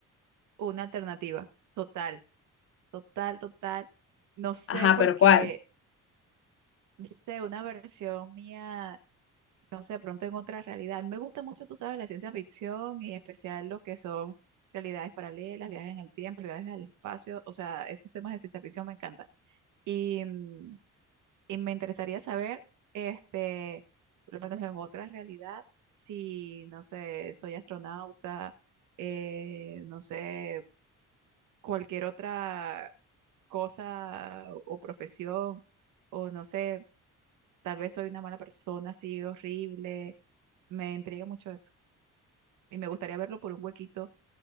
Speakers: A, on the right; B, on the left.
A: una alternativa total. Total, total. No sé
B: Ajá,
A: porque,
B: pero ¿cuál?
A: no sé, una versión mía, no sé, de pronto en otra realidad. A mí me gusta mucho, tú sabes, la ciencia ficción y en especial lo que son realidades paralelas, viajes en el tiempo, viajes al espacio. O sea, esos temas de ciencia ficción me encantan. Y, mm, y me interesaría saber, este, por lo menos en otra realidad, si, no sé, soy astronauta, eh, no sé. cualquier otra cosa o profesión, o no sé, tal vez soy una mala persona así horrible, me intriga mucho eso. Y me gustaría verlo por un huequito,